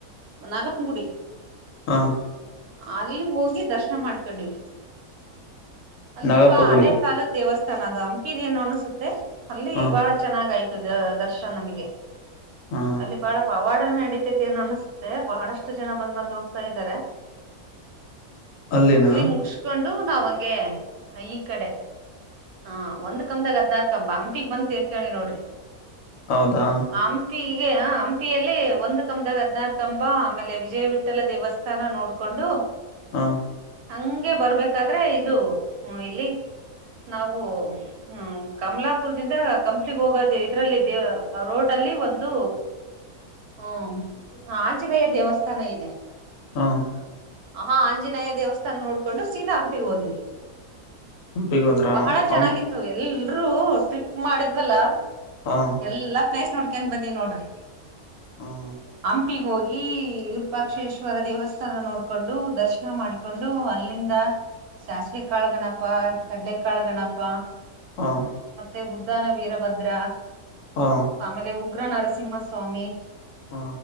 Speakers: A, on the right; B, on the left.
A: ನಾಗಪ್ಪನ ಗುಡಿ
B: ಹಾ <inaudible>
A: ಅಲ್ಲಿ ಹೋಗಿ ದರ್ಶನ ಮಾಡ್ಕೊಂಡವಿ ಅಲ್ಲಿ
B: ನಾಗಪ್ಪ
A: ಬಾ
B: ಗುಡಿ
A: ಹಳೆ ಕಾಲದ ದೇವಸ್ಥಾನ ಅದು ಹಂಪಿರಿನ್ನು ಅನಸುತ್ತೆ ಅಲ್ಲಿ
B: ಹ
A: ಬಾಳ ಚೆನ್ನಾಗ ಆಯ್ತು ದರ್ಶನನಮಗೆ
B: ಹ
A: ಅಲ್ಲಿ ಬಹಳ ಪವಾಡ- ಪವಾಡನಡಿತೈತಿ ಅನ್ ಅನಸುತ್ತೆ ಬಹಳಷ್ಟು ಜನ ಬಂದ್ ಬಂದ್ ಹೋಗ್ತಾ ಇದ್ದಾರೆ.
B: ಅಲ್ಲಿನ
A: ಅಲ್ಲಿ ಮುಗಸ್ಕೊಂಡು ನಾವ್ ಹಂಗೆ ಈ ಕಡೆ ಹಾ ಒಂದ್ ಕಂಬದಾಗ ಹದ್ನಾರ ಕಂಬ ಹಂಪಿಗ್ ಬಂದ ತೇರ್ಕಿಂಡ ನೋಡ್ರಿ
B: ಹೌದಾ
A: ಹಂಪಿಗೆ ಹಂಪಿಯಲ್ಲಿ ಒಂದು ಕಂಬದಾಗ ಹದ್ನಾರು ಕಂಬ ಆಮೇಲೆ ವಿಜಯವಿಠಲ ದೇವಸ್ಥಾನ <unintelligible> ರ ನೋಡ್ಕೊಂಡು
B: ಹಾ <unintelligible>
A: ಹಂಗೆ ಬರ್ಬೇಕಾದ್ರೆ ಇದು ಇಲ್ಲಿ ನಾವು ಹ್ಮ್, ಕಮಲಾಪುರ್ದಿಂದ ಕಂಪ್ಲಿಗೆ ಹೋಗೋದೇ ಇದ್ರಲ್ಲಿ ದೇವ ರೋಡ್ ಅಲ್ಲಿ ಒಂದು
B: <inaudible>
A: ಹ್ಮ, ಆಂಜನೇಯ ದೇವಸ್ಥಾನ ಇದೆ.
B: ಹಾ <inaudible>
A: ಹ ಆಂಜನೇಯ ದೇವಸ್ಥಾನ ನೋಡ್ಕೊಂಡು ಸೀದಾ ಹಂಪಿಗೋದ್ವಿ.
B: ಹಂಪಿಗೆ ಹೋದ್ರ
A: ಬಹಳ
B: ಹ
A: ಚೆನ್ನಾಗಿತ್ತು ಎಲ್ರೂ ಟ್ರಿಪ್ ಮಾಡಿದ್ವಲ್ಲ.
B: ಹಾ.
A: ಎಲ್ಲಾ ಪ್ಲೇಸ್ ನೋಡ್ಕೊಂದ್ ಬಂದೀವ್ ನೋಡ್ರಿ
B: ಹ
A: ಹಂಪಿಗೋಗಿ. ಈ ವಿರಪಾಕ್ಷೇಶ್ವರ ದೇವಸ್ಥಾನ ನೋಡಕೊಂಡು ದರ್ಶ್. ಮಾಡ್ಕೊಂಡು ಅಲ್ಲಿಂದ ಸಾಸ್ವಿ ಕಾಳ್ ಗಣಪ ಕಡ್ಲೆಕಾಳ್ ಗಣಪ.
B: ಹಾ.
A: ಮತ್ತೆ ಉದ್ಧನ ವೀರಭದ್ರ.
B: ಹಾ.
A: ಆಮೇಲೆ ಉಗ್ರ ನರಸಿಂಹಸ್ವಾಮಿ
B: ಹ